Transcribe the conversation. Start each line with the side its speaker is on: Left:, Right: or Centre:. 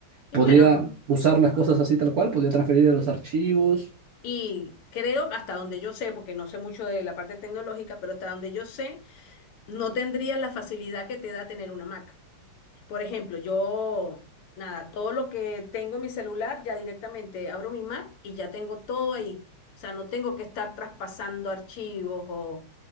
Left: Y
Right: Podría
Left: bueno,
Right: usar las cosas así tal cual, podría transferir los archivos.
Left: Y creo, hasta donde yo sé, porque no sé mucho de la parte tecnológica, pero hasta donde yo sé, no tendrías la facilidad que te da tener una Mac. Por ejemplo, yo, nada, todo lo que tengo en mi celular, ya directamente abro mi Mac y ya tengo todo ahí. O sea, no tengo que estar traspasando archivos o,